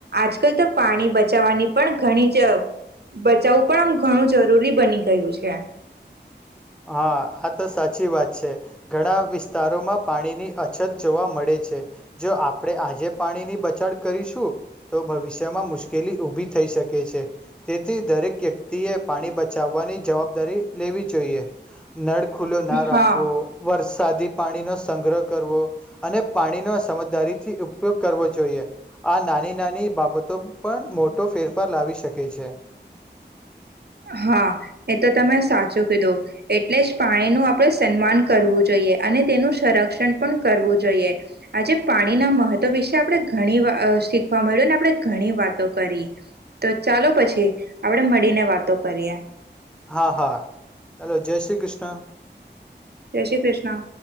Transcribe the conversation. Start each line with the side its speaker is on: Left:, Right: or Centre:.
Right: આજકાલ તો પાણી બચાવવાની પણ ઘણી જ બચાવું પણ આમ ઘણું જરૂરી બની ગયું છે
Centre: હા આ તો સાચી વાત છે ઘણા વિસ્તારોમાં પાણીની અછત જોવા મળે છે જો આપણે આજે પાણીની બચડ કરીશું તો ભવિષ્યમાં મુશ્કેલી ઉઊભી થઈ શકે છે તેથી દરેક વ્યક્તિએ પાણી બચાવવાની જવાબદારી લેવી જોઈએ નળ ખુલ્લો ના રાખવો
Right: હા
Centre: વર્ષ સાદી પાણીનોો સંગ્રહ કરવો અને પાણીનો સમજદારીથી ઉપયોગ કરવો જોઈએ. આ નાની, નાની બાબતો પણ મોટો ફેરફાર લાવી શકે છે.
Right: હા, એ તો તમે સાચું કીધું. એટલે જ પાણીનું આપણે સન્માન કરવું જોઈએ અને તેનું સંરક્ષણ પણ કરવું જોઈએ. આજે પાણીના મહત્ત્વ વિશે આપણે ઘણી શીખવા મળ્યું અને આપણે ઘણી વાતો કરી. તો ચાલો પછી આપણે મળીને તો કર્યા.
Centre: હા, હા હલો., જય શ્રી કૃષ્ણ.
Right: જય શ્રી કૃષ્ણ.